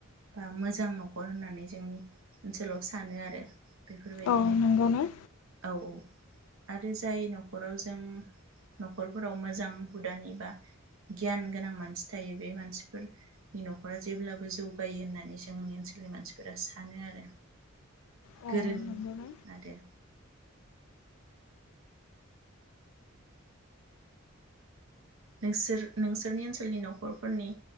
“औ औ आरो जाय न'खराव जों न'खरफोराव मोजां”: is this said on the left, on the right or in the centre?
Right